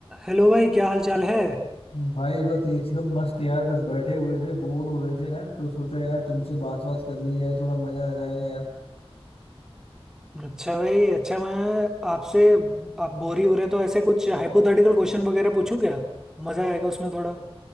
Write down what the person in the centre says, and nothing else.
Hello भाई क्या हाल चाल है
अच्छा भाई अच्छा मैं आपसे आप बोरी हो रहे हैं तो ऐसे कुछ हाइपोथेटिकल क्वेश्चन वगैरह पूछूं क्या मजा आएगा उसमें थोड़ा